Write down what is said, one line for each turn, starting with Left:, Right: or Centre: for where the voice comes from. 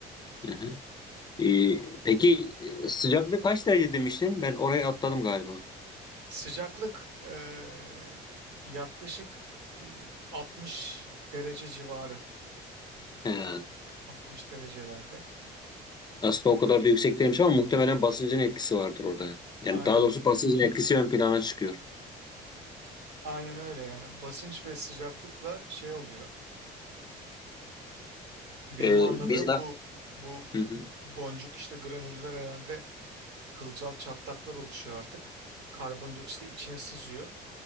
Left: Hı hı. Ee, peki e, sıcaklık kaç derece demiştin? Ben oraya atladım galiba.
Right: Sıcaklık eee, yaklaşık eee, 60 derece civarı.
Left: He.
Right: 60 derecelerde.
Left: Aslında o kadar da yüksek değilmiş ama muhtemelen basıncın etkisi vardır orada. Yani
Right: Aynen.
Left: daha doğrusu basıncın etkisi ön plana çıkıyor.
Right: Aynen öyle yani. Basınç ve sıcaklıkla şey oluyor. Benim
Left: Ee,
Right: anladığım
Left: biz de.
Right: bu bu
Left: Hı hı.
Right: boncuk işte granüller herhalde kılcal çatlaklar oluşuyor artık. Karbondioksit de içine sızıyor.